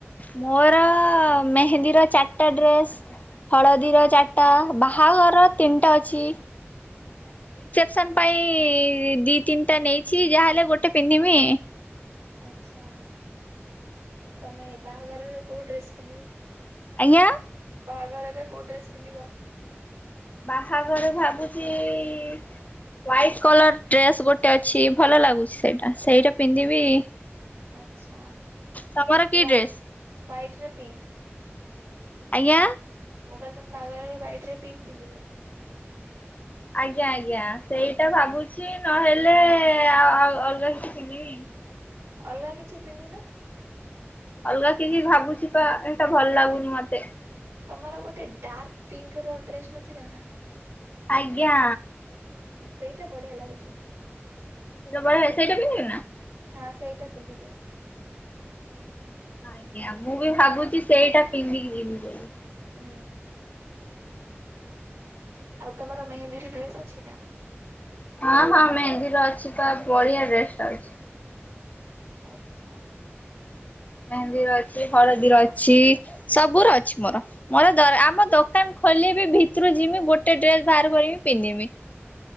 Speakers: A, on the left; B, on the right.
A: ମୋର ମେହେନ୍ଦୀର ଚାରିଟା ଡ୍ରେସ୍ ହଳଦୀର ଚାରିଟା ବାହାଘର ତିନିଟା ଅଛି।
B: ଆଚ୍ଛା।
A: ସନ୍ ପାଇଁ ଦି ତିନିଟା ନେଇଛି ଯାହାହେଲେ ଗୋଟେ ପିନ୍ଧିମି।
B: ଆଛା ତମେ ବାହାଘରରେ କୋଉ ଡ୍ରେସ ପିନ୍ଧିବ?
A: ଆଜ୍ଞା।
B: ବାହାଘରରେ କୋଉ ଡ୍ରେସ ପିନ୍ଧିବ?
A: ବାହାଘର ଭାବୁଛି ହ୍ୱାଇଟ କଲର ଡ୍ରେସ ଗୋଟେ ଅଛି ଭଲ ଲାଗୁଛି ସେଇଟା ସେଇଟା ପିନ୍ଧିବି।
B: ଆଛା ହ୍ୱା
A: ତମର କି ଡ୍ରେସ
B: ହ୍ଵାଇଟ ର ପିଙ୍କ
A: ଆଜ୍ଞା।
B: ମୁଁ କହିଲେ ତମେ ବାହାଘରରେ ହ୍ୱାଇଟ ରେ ପିଙ୍କ ପିନ୍ଧିବ?
A: ଆଜ୍ଞା ଆଜ୍ଞା ସେଇଟା ଭାବୁଛି ନହେଲେ ଆ ଅଲଗା କିିଛି ପିନ୍ଧିବି।
B: ଅଲଗା କିଛିି ପିନ୍ଧୁନ?
A: ଅଲଗା କିିଛି ଭାବୁଛି ପା ଏଟା ଭଲ ଲାଗୁନି ମତେ।
B: ତମର ଗୋଟେ ଡାର୍କ ପିଙ୍କ ର ଡ୍ରେସ ନଥିଲା ନା?
A: ଆଜ୍ଞା।
B: ହୁଁ ସେଇଟା ବଢ଼ିଆ ଲାଗୁଛି।
A: ସେଇଟା ବଢିଆ ହେଇ ସେଇଟା ପିନ୍ଧିବି ନା?
B: ହଁ ସେଇଟା ପିନ୍ଧିଦିଅ।
A: ଆଜ୍ଞା ମୁଁ ବି ଭାବୁଛି ସେଇଟା ପିନ୍ଧିକି ଯିବି ବୋଲି।
B: ହୁଁ। ଆଉ ତର ମେହେନ୍ଦିର ଡ୍ରେସ ଅଛି ନା?
A: ହଁ ହଁ ମେହେନ୍ଦିର ଅଛି ପ ବଢିଆ ଡ୍ରେସ ଟେ ଛି।
B: ଆଚ୍ଛା।
A: ମେହେନ୍ଦିର ଅଛି ହଳଦୀର ଅଛି, ସବୁ ର ଅଛି, ମୋର ମୋର ଆମ ଦୋକାନ ଖୋଲିବି ଭିତରୁ ଯମି ଗୋଟେ ଡ୍ରେସ ବାହାର କରିବି ପିନ୍ଧିବି।